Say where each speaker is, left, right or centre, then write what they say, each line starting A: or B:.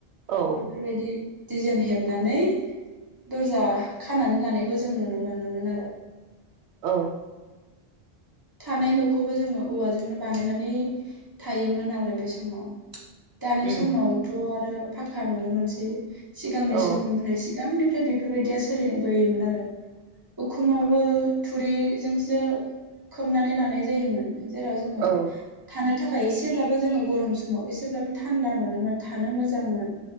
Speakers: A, on the right; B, on the right.
A: औ
B: एफोरबायदि दिजेन हेबनानै दरजा खानानै लानायखौ जों नुनो मोनोमोन आरो।
A: औ।
B: थानाय नखौबो जोङो औवाजोंनो बानायनानै थायोमोन आरो बे समाव। दानि
A: उम
B: समावथ आरो फाखा नुनो मोनसै। सिगांनि
A: औ
B: समनिफ्राय‌ सि गांनिफ्राय बेफोरबायदिया सोलिनायबोयोमोन आरो उखुमावबो थुरिजोंसो खोमनानै लानाय जायोमोन। जेराव जोङो
A: औ
B: थानो थाख खाय एसेब्लाबो जोङो गरम समाव एसेब्लाबो थान्दा मोनोमोन थानो मोजांमोन।